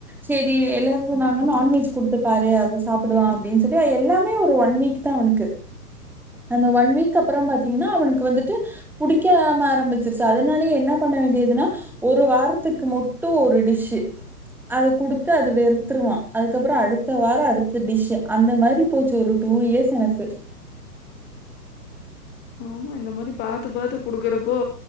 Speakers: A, in the centre; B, on the left.
A: செரி எல்லாரு சொன்னாங்க நான்வெஜ் குடுத்துப்பாரு அப்ப சாப்புடுவா அப்டின் சொல்லி எல்லாமே ஒரு ஒன் வீக் த்தா அவனுக்கு அந்த ஒன் வீக் அப்பறம் பாத்தீங்கன்னா அவனுக்கு வந்துட்டு புடிக்கா ஆம ஆரம்பிச்சிருச்சு அதனாலேயே என்ன பண்ண வேண்டியதுன்னா ஒரு வாரத்துக்கு மொட்டு ஒரு டிஷ்ஸு அத குடுத்து அது வெறுத்துருவா அதுக்கப்பறொ அடுத்த வாரொ அடுத்த டிஷ்ஸு அந்த மாரி போச்சு ஒரு டூ இயர்ஸ் எனக்கு
B: ஆமா இந்த மாரி பாத்து பாத்து குடுக்கறப்போ